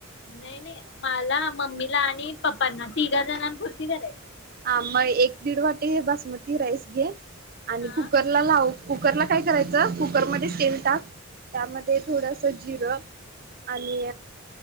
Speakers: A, on the left; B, on the right.
A: नाही, नाही मला, मम्मीला आणि पप्पांना तिघा जणांनं पूर्ती करायचं
B: हा म एक दीड वाटी बासमती राईस घे आणि
A: हा
B: कुकर लावू, कुकरला काय करायचं कुकरमध्ये तेल टाक त्यामध्ये थोडस जिरं आणि